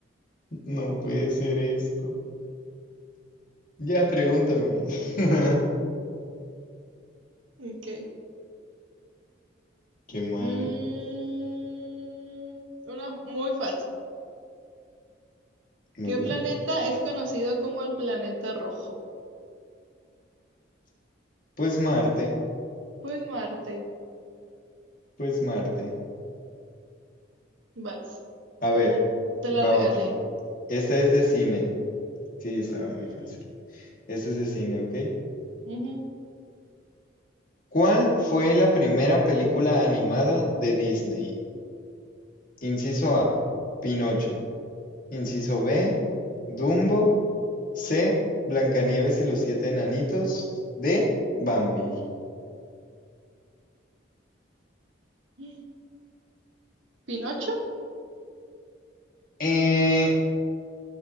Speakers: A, on the left; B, on the right.
A: No puede ser esto. Ya, pregúntame. <laughs>
B: Ok.
A: Qué mal,
B: Mm,
A: ¿eh?
B: una muy fácil.
A: Muy
B: ¿Qué
A: bien.
B: planeta es conocido como el planeta rojo?
A: Pues Marte,
B: Pues Marte.
A: pues Marte.
B: Vas.
A: A ver,
B: Te la
A: va
B: regalé.
A: otra. Esta es de cine. Sí, estaba
B: Mm,
A: muy fácil. Esta es de cine, ¿ok?
B: ujú.
A: ¿Cuál fue la primera película animada de Disney? Inciso A, Pinocho. Inciso B: Dumbo; C: Blancanieves y los siete enanitos; D: Bambi.
B: <gasps> ¿Pinocho?
A: Eh,